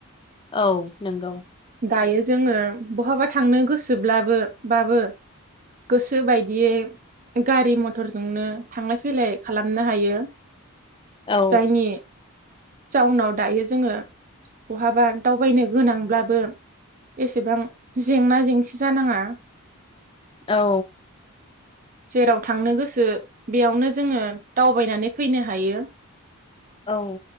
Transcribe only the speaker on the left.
औ नंगौ
औ
औ
औ